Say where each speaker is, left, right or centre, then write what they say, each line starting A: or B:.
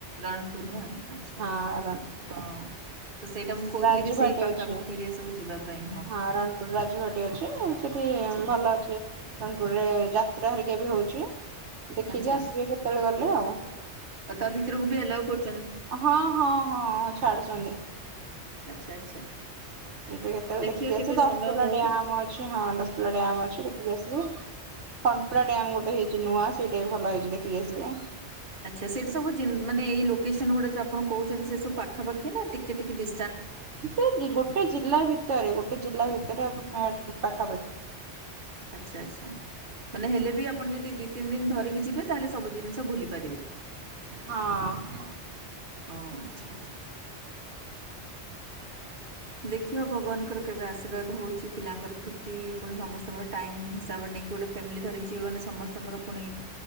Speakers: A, on the right; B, on the right.
A: ରଣପୁର ନା। ଆଚ୍ଛା
B: ହଁ ରଣପୁର।
A: ହଁ। ତ ସେଇଟା ମୁଁ କହୁଥିଲି
B: ରାଜଭାଟି
A: କି ସେଇ ପାଖାପାଖି
B: ଅଛି।
A: ଏରିଆ ସବୁ ଯିବା ପାଇଁ
B: ହଁ ରଣପୁର ରାଜଭାଟି ଅଛି। ସେଠି
A: ଆଚ୍ଛା।
B: ଉଁ ଭଲ ଅଛି ରଣପୁରରେ ଯାତ୍ରା ହେରିକା ବି ହଉଚି। ଦେଖିକି
A: ଆଚ୍ଛା
B: ଆସିବେ କେତେବେଳେ ଗଲେ ଆଉ।
A: ଆଉ ତା ଭିତରକୁ ବି ଆଲାଉ କରୁ
B: ହଁ ହଁ ହଁ ଛାଡୁଚନ୍ତି।
A: ଆଚ୍ଛା ଆଚ୍ଛା।
B: ଯିବେ କେତେବେଳେ
A: ଦେଖିବା
B: ଦେଖିକି ଆସିବେ।
A: କେବେ
B: ଦଶ
A: ସମୟ
B: ପଲ
A: ହଉ ହୁଁ।
B: ଡ୍ୟାମ ଅଛି ହଁ ଦଶ ପଲ ଡ୍ୟାମ ଅଛି ଦେଖିକି ଆସିବେ। ଖଣ୍ପରା ଡ୍ୟାମ ଗୋଟେ ହେଇଛି ନୂଆ ସେଇଟା ବି ଭଲ ହେଇଛି ଦେଖିକି ଆସିବେ।
A: ଆଚ୍ଛା ସେଇଠି ସବୁ ଜୀ ମାନେ ଏଇ ଲୋକେସନ ଗୁଡା ଆପଣ କହୁଚନ୍ତି। ସେ ସବୁ ପାଖାପାଖି ନା ଟିକେ ଟିକେ ଡି
B: ସେ ଗୋଟେ ଜିଲ୍ଲା ଭିତରେ ଗୋଟେ ଜିଲ୍ଲା ଭିତରେ ଆପଣ ନା ପାଖାପାଖି।
A: ଆଛା ଆଛା ମାନେ ହେଲେ ବି ଆପଣ ଯଦି ଦି ତିନି ଦିନି ଧରିକି ଯିବେ? ତାହଲେ ସବୁ ଜିନିଷ ଭୁଲି ପାରିବେ?
B: ହଁ।
A: ହଁ ଆଛା ଆଛା। ଦେଖିବା ଭଗବାନଙ୍କର କେବେ ଆଶୀର୍ବାଦ ହଉଛି। ପିଲାଙ୍କର ଛୁଟି ପୁଣି ସମସ୍ତଙ୍କର ଟାଇମ ହିସାବରେ ନେଇକି ଗୋଟେ ଫ୍ୟାମିଲି ଧରିକି ଯିବେ ମାନେ ସମସ୍ତଙ୍କର ପୁଣି